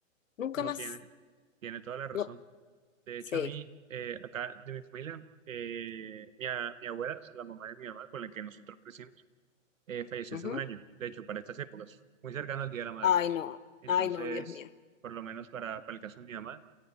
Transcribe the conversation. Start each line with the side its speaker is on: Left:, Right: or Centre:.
Left: Nunca
Right: no
Left: más.
Right: tiene, tiene toda la razón.
Left: No,
Right: De hecho,
Left: Sí.
Right: a mí, eh, acá de mi familia, eh, mi, a- mi abuela, o sea, la mamá de mi mamá, con la que nosotros crecimos, eh, falleció
Left: ujú.
Right: hace un año. De hecho, para estas épocas, muy cercano al Día de la Madre.
Left: Ay, no,
Right: Entonces,
Left: ay, no, Dios mío.
Right: por lo menos para, para el caso de mi mamá.